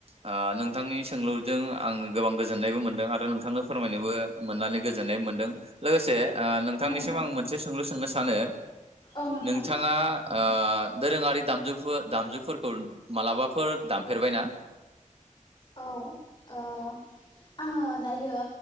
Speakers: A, on the right; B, on the left.
A: ओ नोंथांनि सोंलुजों आं गोबां गोजोननायबो मोनदों आरो नोंथांनो फोरमायनोबो मोननानै गोजोननाय मोनदों लोगोसे ओ नोंथांनिसिम
B: औ नोंथां
A: आं मोनसे सोंलु सोंनो सानो
B: औ नोंथां
A: नोंथांङा
B: औ
A: ओ दोरोङारि दामजु <unintelligible> दामजुफोरखौ मालाबाफोर दामफेरबाय ना?
B: औ ओ आंङो दायो